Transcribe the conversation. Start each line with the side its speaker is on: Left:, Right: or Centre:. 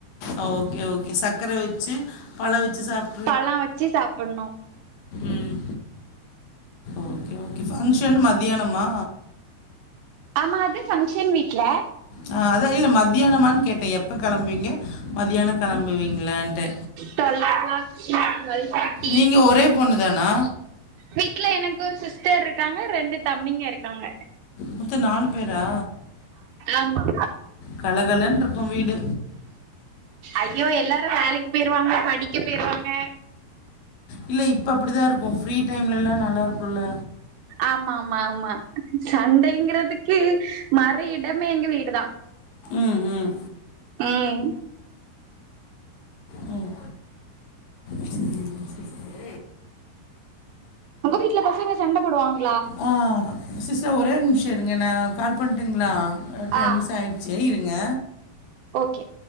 Left: ஓ ஓகே ஓகே சக்கர வெச்சி பழ வெச்சி சாப்
Right: பழ வச்சி சாப்பின்ணு
Left: ம் ஓகே ஓகே ஃபங்க்ஷன் மத்யானமா
Right: ஆமா அது ஃபங்க்ஷன் வீட்ல
Left: ஆ அதா இல்ல மத்யானமான் கேட்டே எப்ப களம்ப்வீங்க மதியான கிளம்புவீங்களான்ட்டு
Right: தொல்லக் நாள் க்ளாக்குகள் கட்டி
Left: நீங்கள் ஒரே பொண்ணு தானா
Right: வீட்ல எனக்கு ஒர் சிஸ்டர் ருக்காங்க ரெண்டு தம்பிங்க இருக்காங்க
Left: மொத்த நாலு பேரா
Right: ஆமா
Left: கலகலன் ருக்கு வீடு
Right: ஐயோ எல்லாரு வேலைக்கு போயிருவாங்க படிக்க போயிருவாங்க
Left: இல்ல இப்ப அப்படி தா இருக்கு ஃப்ரீ டைம்லலா நல்லார்க்குல்ல
Right: ஆமா ஆமா ஆமா சண்டைங்கிறதுக்கி மறு இடமே எங்க வீடுதா
Left: ம் ம்
Right: ம்
Left: ம் ம்
Right: உங்க வீட்ல பசங்க சண்ட போடுவாங்க
Left: ஆ சிஸ்டர் ஒரே ஒரு நிமிஷோ இருங்க நா கால் பண்ட்டுங்களா டென்
Right: ஆ
Left: நிமிஷ் ஆயிடுச்சி இருங்க
Right: ஓகே